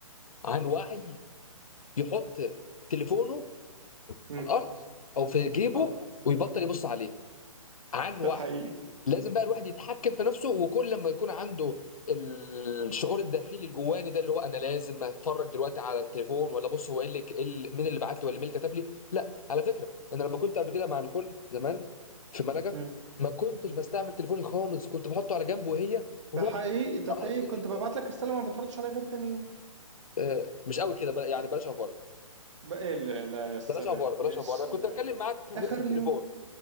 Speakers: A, on the left; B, on the right.
A: عن وعي يحط تليفونه
B: مم.
A: على الارض او في جيبه
B: اه
A: ويبطل يبص عليه عن وعي
B: ده حقيقي
A: لازم بقى الواحد يتحكم في نفسه وكل لما يكون عنده الشعور الداخلي الجواني ده اللي هو انا لازم اتفرج دلوقتي على التليفون ولا بص هو ايه اللي إيه اللي- مين اللي بعت لي ولا مين اللي كتب لي لا على فكره انا لما كنت قبل كده مع نيكول زمان في ملجا
B: مم.
A: ما كنتش
B: مم.
A: بستعمل تليفوني خالص كنت بحطه على جنب وهي ونقعد
B: ده حقيقي ده
A: نقضي
B: حقيقي كنت
A: اليوم
B: ببعت لك رسالة ما بتردش عليها غير تاني يوم
A: آه، مش قوي كده بل- يعني بلاش افوره
B: بقى إيه لا لا، يا سلام
A: بلاش افوره بلاش
B: يا
A: افوره
B: سلام
A: انا كنت اتكلم معاك في,
B: آخر
A: في التليفون
B: اليوم